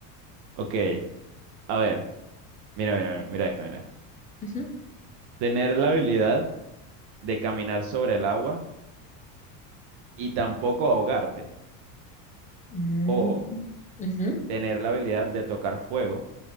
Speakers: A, on the right; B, on the left.
A: Ok, a ver, mira, mira, mira, mira esto, mira esto.
B: Ujú.
A: Tener la habilidad de caminar sobre el agua y tampoco ahogarte.
B: Mm,
A: O
B: ujú.
A: tener la habilidad de tocar fuego